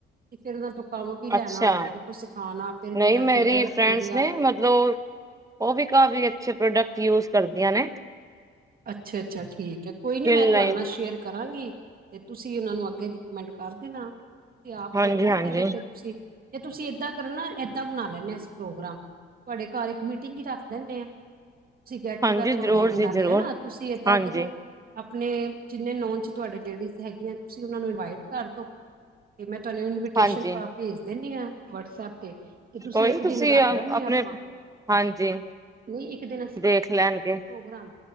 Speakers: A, on the right; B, on the right.
A: ਤੇ ਫੇਰ ਉਹਨਾਂ ਤੋਂ ਕੰਮ ਵੀ ਲੈਣਾ
B: ਅੱਛਾ
A: ਹੁੰਦਾ ਤੇ ਕੁਛ ਸਿਖਾਣਾ ਫੇਿਰ
B: ਨਹੀਂ
A: ਜਿੱਦਾਂ
B: ਮੇਰੀ
A: ਟੇਲਰ ਰੱਖੇ
B: ਫਰੈਂਡਸ
A: ਦੇ ਆ,
B: ਨੇ ਮਤਲਬ ਉਹ ਵੀ ਕਾਫੀ ਅੱਛੇ ਪ੍ਰੋਡਕਟ ਯੂਜ ਕਰਦੀਆਂ ਨੇ,
A: ਅੱਛਾ -ਅੱਛਾ ਠੀਕ ਐ, ਕੋਈ
B: ਸਕਿਨ
A: ਨੀ ਮੈਂ ਤੁਹਾਡੇ
B: ਲਈ
A: ਨਾਲ ਸ਼ੇਅਰ ਕਰਾਂਗੀ, ਤੇ ਤੁਸੀਂ ਉਹਨਾਂ ਨੂੰ ਅੱਗੇ ਰਿਕਮੈਂਡ ਕਰ ਦੇਣਾ, ਤੇ ਆਪ
B: ਹਾਂਜੀ
A: ਲਓਗੇ ਨਾ
B: ਹਾਂਜੀ
A: ਪਹਿਲੇ ਫਿਰ ਤੁਸੀਂ ਤੇ ਤੁਸੀਂ ਏਦਾਂ ਕਰਨਾ ਏਦਾਂ ਬਣਾ ਲੈਂਦੇ ਆ ਅਸੀਂ ਪ੍ਰੋਗਰਾ, ਤੁਹਾਡੇ ਘਰ ਇੱਕ ਮੀਟਿੰਗ ਹੀ ਰੱਖ ਲੈਂਦੇ ਆ, ਠੀਕ ਐ ਗੈਟ
B: ਹਾਂਜੀ
A: ਟੂਗੇੈਦਰ
B: ਜ਼ਰੂਰ
A: ਹੋ ਜਾਏਗੀ
B: ਜੀ
A: ਨਾਲੇ
B: ਜ਼ਰੂਰ
A: ਹਨਾ, ਤੁਸੀਂ ਏਦਾ
B: ਹਾਂਜੀ
A: ਕਰੋ ਆਪਣੇ ਜਿੰਨੇ ਨੌਨ ਚ ਤੁਹਾਡੇ ਲੇਡੀਜ਼ ਹੈਗੀਆਂ, ਤੁਸੀਂ ਉਹਨਾਂ ਨੂੰ ਇਨਵਾਈਟ ਕਰ ਦਓ, ਤੇ ਮੈਂ ਤੁਹਾਨੂੰ ਇਨਵੀਟੇਸ਼ਨ
B: ਹਾਂਜੀ
A: ਕਾਰਡ ਭੇਜ ਦਿੰਦੀ ਆ, ਵਟਸ-ਅਪ ਤੇ, ਕੀ ਤੁਸੀਂ
B: ਕੋਈ
A: ਇੱਕ
B: ਨੀ
A: ਦਿਨ ਰੱਖ
B: ਆਪਣੇ
A: ਲੈਂਦੇ ਆਪਾਂ,
B: ਹਾਂਜੀ
A: ਨਈ ਇੱਕ ਦਿਨ ਅਸੀ
B: ਦੇਖ ਲੈਣਗੇ
A: ਪ੍ਰੋਗਰਾਮ,